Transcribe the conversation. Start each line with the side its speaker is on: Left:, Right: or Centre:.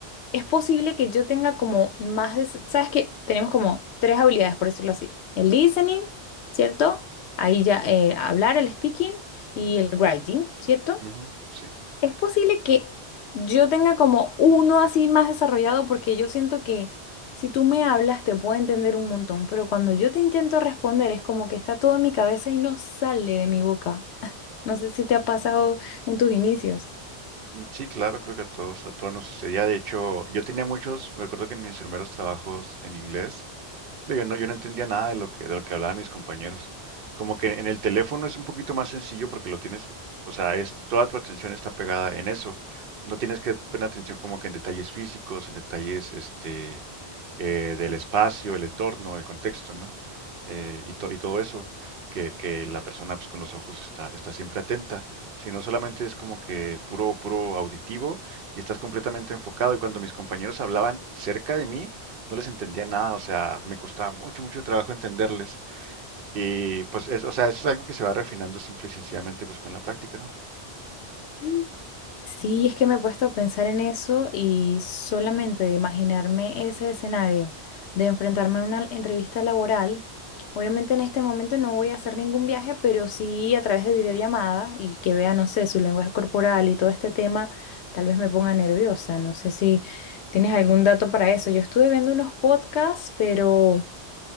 Left: Es posible que yo tenga como más de... ¿Sabes qué? Tenemos como tres habilidades, por decirlo así. El listening, ¿cierto? Ahí ya eh, hablar, el speaking y el writing, ¿cierto?
Right: Ujú, sí.
Left: Es posible que yo tenga como uno así más desarrollado porque yo siento que si tú me hablas te puedo entender un montón, pero cuando yo te intento responder es como que está todo en mi cabeza y no sale de mi boca. <laughs> No sé si te ha pasado en tus inicios.
Right: Mm, Sí, claro, creo que a todos, a todos nos sucedía. De hecho, yo tenía muchos, me acuerdo que en mis primeros trabajos en inglés, yo no, yo no entendía nada de lo que, de lo que hablaban mis compañeros. Como que en el teléfono es un poquito más sencillo porque lo tienes, o sea, es toda tu atención está pegada en eso. No tienes que poner atención como que en detalles físicos, en detalles este, eh, del espacio, el entorno, el contexto, ¿no? Eh, y, to- y todo eso, que, que la persona pues, con los ojos está, está siempre atenta, sino solamente es como que puro, puro auditivo y estás completamente enfocado. Y cuando mis compañeros hablaban cerca de mí, no les entendía nada, o sea, me costaba mucho, mucho trabajo entenderles. Y pues, es, o sea, eso es algo que se va refinando simple y sencillamente pues con la práctica, ¿no?
Left: Mm. Sí, es que me he puesto a pensar en eso y solamente de imaginarme ese escenario, de enfrentarme a una entrevista laboral. Obviamente en este momento no voy a hacer ningún viaje, pero sí a través de videollamada y que vea, no sé, su lenguaje corporal y todo este tema, tal vez me ponga nerviosa. No sé si tienes algún dato para eso. Yo estuve viendo unos podcasts, pero,